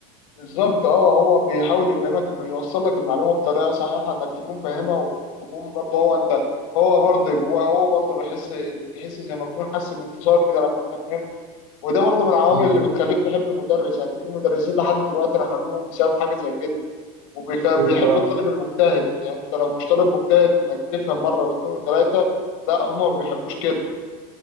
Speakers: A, on the left; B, on the right.
A: بالظبط اه هو بيحاول يفهمك انه يوصل لك المعلومه بطريقه صحيحه انك تكون فاهمها وتكون برضه هو انت هو برضه جواه هو برضه بيحس تحس زي ما يكون حس بانتصار كده لما انت فهمت وده برضه من العوامل
B: مم.
A: اللي بتخليك تحب المدرس يعني في مدرسين لحد دلوقتي انا حاببهم بسبب حاجه زي كده وبيحبوا
B: أكيد آه
A: الطالب المجتهد يعني انت لو مش طالب مجتهد انك تفهم مره واثنين وثلاثه لا هم ما بيحبوش كده